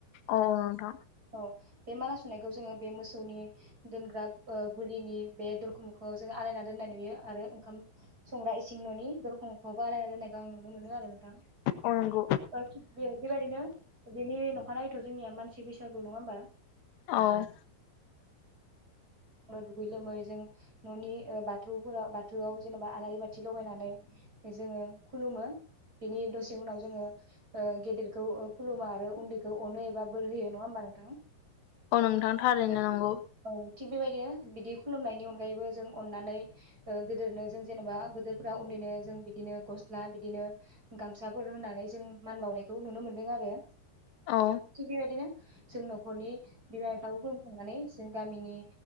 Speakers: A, on the left (about 80°); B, on the right (about 20°).
A: औ नोंथां
B: औ। बे माला सुनायखौ जोङो बे मोसौनि दोनग्रा ओ गुलिनि बे दरखं मोखाङाव जोङो आलायना दोननाय नुयो आरो ओंखाम संग्रा इसिं न'नि दरखं मोखाङावबो आलायना दोननायखौ आं नु नुनो मोनो आरो नोंथां।
A: औ नंगौ
B: ओ थिग बियो बेबायदिनो बिनि न' अखानायैथ' जोंनिया मानसि बैसागु नङा होमबा?
A: औ।
B: नो दुगै लोमै जों न'नि ओ बाथौफोराव बाथौआव जेन'बा आलारि बाथि लगायनानै जोङो खुलुमो बिनि दसे उनाव जोङो ओ गेदेरखौ खुलुमो आरो उन्दैखौ अनो एबा बोर होयो नङा होमबा नोंथां?
A: औ नोंथां थारैनो
B: औ
A: नंगौ।
B: औ थिग बेबायदिनो बिदि खुलुमनायनि अनगायैबो जों अननानै गोदोरनो जों जेन'बा गोदोरफ्रा उन्दैनो जों बिदिनो गस्ला बिदिनो गामसाफोर होनानै जों मान बावनायखौ नुनो मोनदों आरो।
A: औ
B: थिग बेबायदिनो जों न'खरनि बिमा बिफाखौ खुलुमखांनानै जों गामिनि